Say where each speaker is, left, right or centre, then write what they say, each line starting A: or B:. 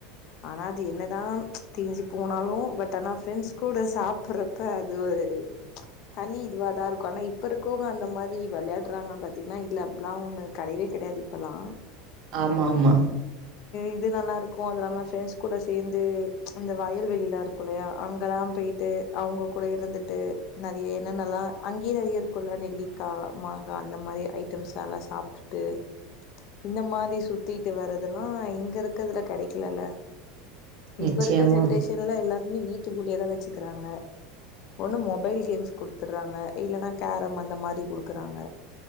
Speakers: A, on the left (about 50°); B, on the right (about 50°).
A: ஆனா அது என்னதா தேஞ்சு போனாலு பட் ஆனா ஃப்ரெண்ட்ஸ் கூட சாப் றப்பா அது ஒரு தனி இதுவா தா இருக்கு ஆனா இப்போருக்கவங்க அந்த மாரி வெளையாடுறாங்கன்னு பாத்தீங்கன்னா இல்ல அப்பெல்லா ஒண்ணு கெடையவே கெடையாது இப்பெல்லா
B: ஆமா ஆமா
A: இது நல்லாருக்கு அது நம்ம ஃப்ரெண்ட்ஸ் கூட சேந்து அந்த வயல்வெளியிலா இருக்குலயா அங்கெல்லா பேட்டு அவுங்க கூட இருந்துட்டு நெறைய என்னென்னலா அங்கையே இருக்குல்ல நெல்லிக்கா மாங்கா அந்த மாதிரி ஐட்டம்ஸ் நல்லா சாப்ட்டுட்டு இந்த மாதிரி சுத்திட்டு வர்தெல்லா இங்க இருக்கதுல கெடைக்கலல்ல இப்ப
B: நிச்சயமா.
A: இருக்க ஜென்ரேஷன்ல எல்லாருமே வீட்டுக்குள்ளயேதா வச்சுக்குறாங்க ஒண்ணு மொபைல் கேம்ஸ் குடுத்துறாங்க இல்லைன்னா கேரம் அந்த மாரி குடுக்குறாங்க